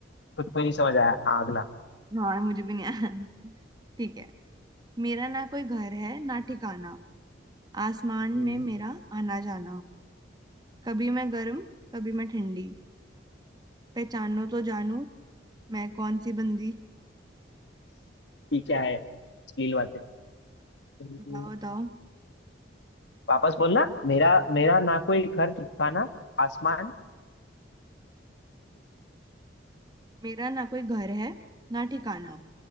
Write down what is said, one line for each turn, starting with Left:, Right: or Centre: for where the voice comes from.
Left: खुद को ही नहीं समझ आया हाँ अगला
Right: हाँ मुझे भी नहीं आया ठीक है मेरा ना कोई घर है ना ठिकाना आसमान
Left: हम्म,
Right: में मेरा आना जाना कभी मैं गर्म कभी मैं ठंडी पहचानो तो जानू मैं कौन सी बंदी
Left: ये क्या है अश्लील बातें हम्म,
Right: बताओ बताओ
Left: वापस बोलना मेरा मेरा ना कोई घर ठिकाना आसमान
Right: मेरा ना कोई घर है ना ठिकाना